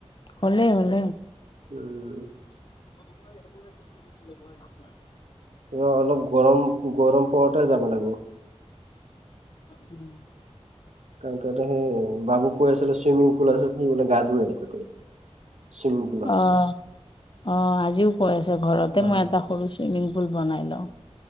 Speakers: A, on the left; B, on the right.
A: হ'লে হ'লে।
B: উম।
A: অঁ।
B: অ' অলপ গৰম - গৰম পৰতে যাব লাগিব।
A: উম।
B: কাৰণ তাতে সেই বাবু কৈ আছিলে চুইমিং পুল আছে সি বোলে গা ধৱে তাতে। চুইমিং পুলত
A: অ' অ' আজিও কৈ আছে ঘৰতে
B: অ
A: মই এটা সৰু চুইমিং পুল বনাই লওঁ।